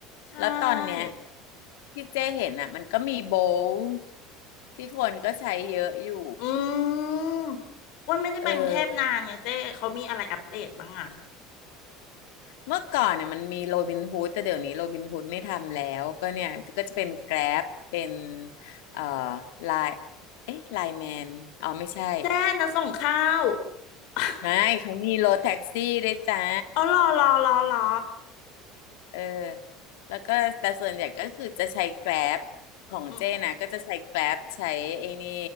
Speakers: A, on the left; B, on the left.
A: ใช่
B: แล้วตอนเนี้ยที่เจ้เห็นอ่ะมันก็มีโบลต์ที่คนก็ใช้เยอะอยู่
A: อืมอ้วันไม่ได้ไปกรุงเทพนานไงเจ๊เขามีอะไรอัปเดตบ้างอ่ะ
B: เออเมื่อก่อนเนี่ยมันมีโรบินฮูดแต่เดี๋ยวนี้โรบินฮูดไม่ทำแล้วก็เนี่ยก็จะเป็นแกร็บเป็นเอ่อไลน์เอ๊ะไลน์แมนอ๋อไม่ใช่
A: เจ๊นะส่งข้าว <laughs>
B: ไม่เขามีรถแท็กซี่ด้วยจ้า
A: อ๋อรอรอรอรอ
B: เออแล้วก็แต่ส่วนใหญ่ก็คือจะใช้แกร็บของเจ้นะก็จะใช้แกร็บใช้ไอ้นี่
A: อืม